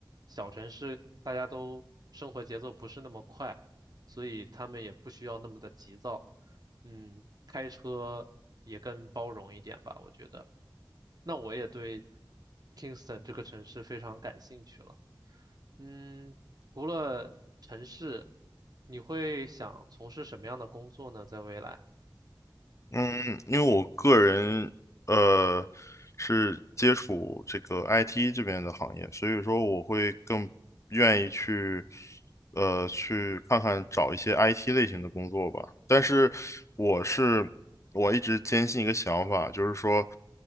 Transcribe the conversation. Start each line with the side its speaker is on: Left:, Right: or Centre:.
Right: 小城市大家都生活节奏不是那么快，所以他们也不需要那么的急躁。嗯，开车也更包容一点吧，我觉得。那我也对 Kingston 这个城市非常感兴趣了。嗯，除了城市，你会想从事什么样的工作呢？在未来？
Left: 嗯，因为我个人呃是接触这个 IT 这边的行业，所以说我会更愿意去呃去看看找一些 IT 类型的工作吧。但是我是我一直坚信一个想法，就是说，